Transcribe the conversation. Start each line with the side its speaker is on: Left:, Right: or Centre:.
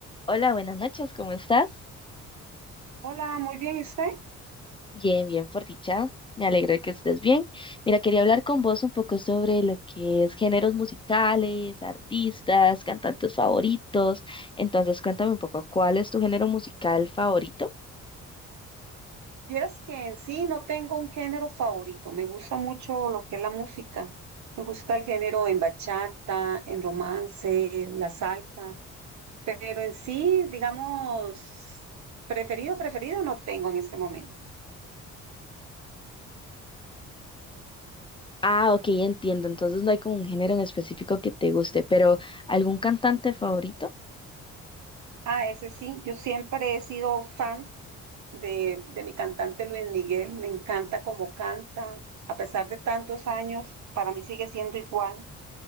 Left: Hola, buenas noches, ¿cómo estás?
Right: Hola, muy bien, ¿y usted?
Left: Bien, bien, por dicha. Me alegro de que estés bien. Mira, quería hablar con vos un poco sobre lo que es géneros musicales, artistas, cantantes favoritos. Entonces, cuéntame un poco, ¿cuál es tu género musical favorito?
Right: Vieras que en sí no tengo un género favorito, me gusta mucho lo que es la música, me gusta el género en bachata, en romance, la salsa, pero en sí, digamos, preferido, preferido no tengo en este momento.
Left: Ah, ok, entiendo. Entonces no hay como un género en específico que te guste, pero ¿algún cantante favorito?
Right: Ah, ese sí, yo siempre he sido fan de, de mi cantante Luis Miguel, me encanta cómo canta, a pesar de tantos años, para mí sigue siendo igual.